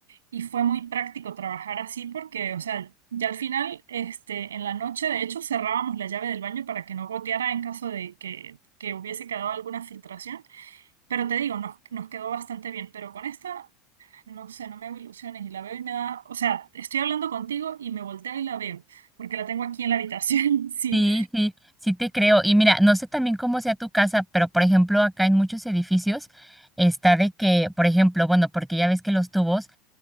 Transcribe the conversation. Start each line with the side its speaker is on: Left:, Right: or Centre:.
Right: y fue muy práctico trabajar así porque, o sea, ya al final, este, en la noche, de hecho, cerrábamos la llave del baño para que no goteara en caso de que, que hubiese quedado alguna filtración. Pero te digo, nos, nos quedó bastante bien. Pero con esta no sé, no me hago ilusiones y la veo y me da, o sea, estoy hablando contigo y me volteo y la veo, porque la tengo aquí en la habitación, <laughs> sí,
Centre: sí, sí, sí te creo. Y mira, no sé también cómo sea tu casa, pero por ejemplo, acá en muchos edificios está de que, por ejemplo, bueno, porque ya ves que los tubos